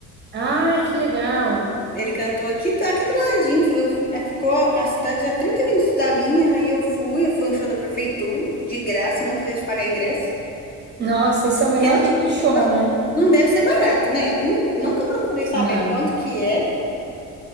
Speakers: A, on the right (about 30°); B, on the left (about 25°).
A: Ai, que legal!
B: Ele cantou aqui, tá- aqui do ladinho. Foi- Eu, fui- é, ficou a, a cidade a 30 minutos da minha, aí eu fui, foi um show da prefeitura, de graça, não precisei de pagar ingresso.
A: Nossa, esse é
B: Porque
A: o melhor
B: não,
A: tipo de show,
B: não,
A: né?
B: não deve ser barato, né? Nu- Nunca procurei saber
A: Não.
B: quanto que é